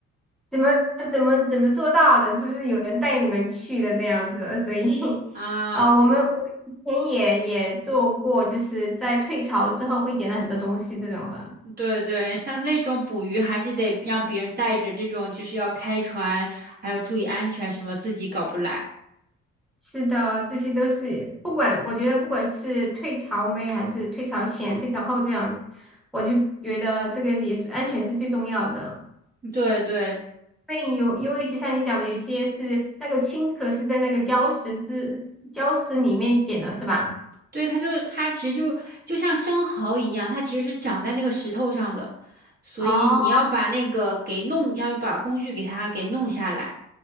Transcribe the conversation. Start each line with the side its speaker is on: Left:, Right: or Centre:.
Centre: 怎么怎么怎么做到的？是不是有人带你们去的这样子？所以，<laughs>
Right: 啊。
Centre: 啊、我们我们以前也也做过，就是在退潮之后会捡到很多东西这种的。
Right: 对对，像那种捕鱼还是得让别人带着，这种就是要开船，还要注意安全什么，自己搞不来。
Centre: 是的，这些都是不管，我觉得不管是退潮没有，还是退潮前、退潮后这样子，我就觉得这个也是安全是最重要的。
Right: 对对
Centre: 因为有，因为就像你讲的，有些是那个青壳是在那个礁石之礁石里面捡的，是吧？
Right: 对，它就是它其实就就像生蚝一样，它其实是长在那个石头上的，所以你要把那个给弄，
Centre: 哦，
Right: 要把工具给它给弄下来。